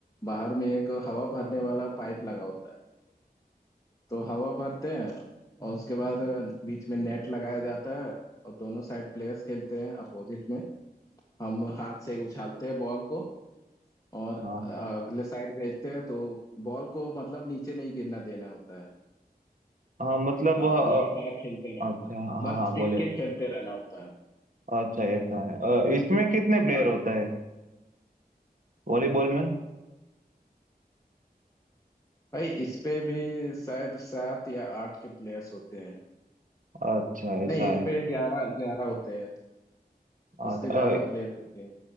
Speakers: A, on the left; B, on the right.
A: बाहर में एक हवा भरने वाला पाइप लगा होता है तो हवा भरते हैं और उसके बाद बीच में नेट लगाया जाता है और दोनों साइड प्लेयर्स खेलते हैं अपोजिट में हम हाथ से उछालते हैं बॉल को और
B: हाँ
A: अगले साइड भेजते हैं तो बॉल को मतलब नीचे नहीं गिरना देना होता है
B: हाँ मतलब
A: हाँ
B: अ,
A: लगातार खेलते रहना
B: अ, अच्छा हाँ
A: बस
B: हाँ
A: टिक
B: बोले
A: के खेलते रहना होता है
B: अच्छा ऐसा है अ,
A: समझे
B: इसमें कितने प्लेयर
A: हाँ
B: होता है वॉलीबॉल में
A: भाई इस पे भी शायद सात या आठ के प्लेयर्स होते हैं
B: अच्छा ऐसा
A: नहीं इस
B: है
A: पे ग्यारह ग्यारह होते हैं
B: अ,
A: इस पे
B: अ,
A: ज्यादा प्लेयर्स होते हैं